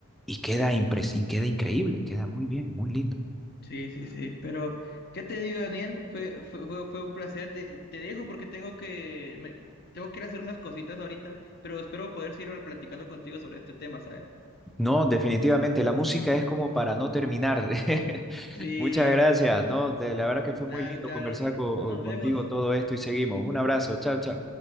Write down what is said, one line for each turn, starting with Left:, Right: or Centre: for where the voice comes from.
Centre: Y queda, impres... y queda increíble, queda muy bien, muy lindo.
Left: Sí, sí, sí. Pero, ¿qué te digo, Daniel? Fue, fue, fue, fue un placer. Te, te dejo porque tengo que, me- tengo que ir a hacer unas cositas ahorita, pero espero poder seguir platicando contigo sobre este tema, ¿sabes?
Centre: No, definitivamente, la música es como para no terminar. <laughs>
Left: Sí,
Centre: Muchas gracias, ¿no? De, la verdad que fue
Left: claro,
Centre: muy lindo
Left: claro.
Centre: conversar co-
Left: Nos
Centre: contigo
Left: vemos.
Centre: todo esto y seguimos. Un abrazo, chao, chao.